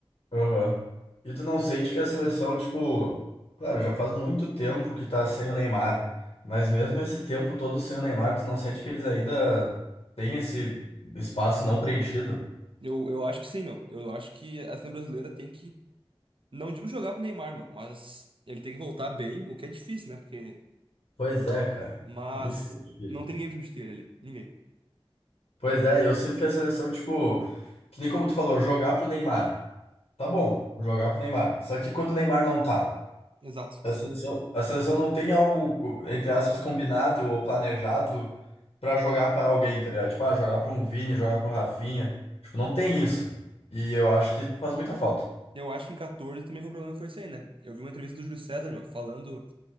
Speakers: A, on the left; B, on the right.
A: Aham. E tu não sente que a seleção, tipo. Claro, já faz muito tempo que tá sem o Neymar. Mas mesmo esse tempo todo sem o Neymar, tu não sente que eles ainda têm esse espaço não preenchido?
B: Eu, eu acho que sim, meu. Eu acho que a seleção brasileira tem que Não digo jogar pro Neymar, meu, mas ele tem que voltar bem, o que é difícil, né? Porque.
A: Pois é, cara.
B: Mas
A: Isso que é difícil.
B: não tem ninguém pra substituir ele ali. Ninguém.
A: Pois é, e eu sinto que a seleção, tipo, que nem como tu falou, jogar pro Neymar. Tá bom, jogar pro Neymar. Só que quando o Neymar não tá,
B: Exato.
A: a seleção, a seleção não tem algo, entre aspas, combinado ou planejado pra jogar para alguém, tá ligado? Tipo, ah, jogar pro um Vini, jogar pro Rafinha. Tipo, não tem isso. E
B: É,
A: eu acho que isso faz muita falta.
B: Eu acho que em 14 também foi um problema, foi isso aí, né? Eu vi uma entrevista do Júlio César, meu, falando.